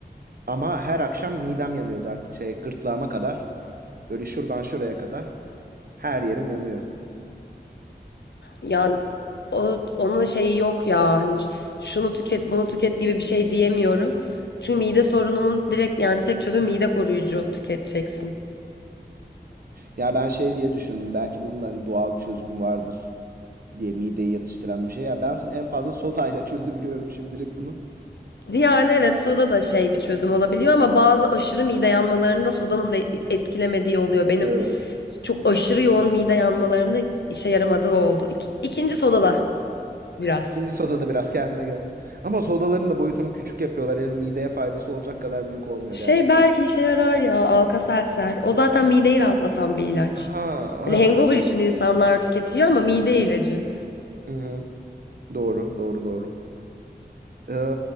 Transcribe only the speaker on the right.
ama her akşam midem yanıyordu artık şey gırtlağıma kadar. Böyle şuradan şuraya kadar her yerim yanıyor.
Ya ben şey diye düşündüm belki bunun da hani doğal bir çözümü vardır diye mideyi yatıştıran bir şey. Ya ben en fazla sodayla <laughs> çözebiliyorum şimdilik bunu.
Evet.
İkinci sodada biraz kendine geldim. Ama sodaların da boyutunu küçük yapıyorlar. Yani mideye faydası olacak kadar büyük olmuyor
gerçekten.
Ha, ha
evet olabilir.
Hı hı. Doğru, doğru, doğru. Ee,